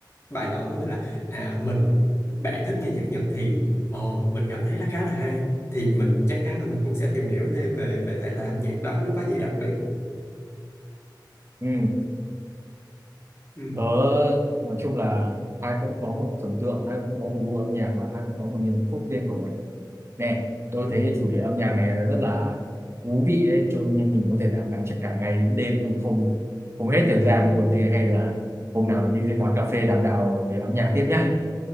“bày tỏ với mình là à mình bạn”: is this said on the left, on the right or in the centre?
Left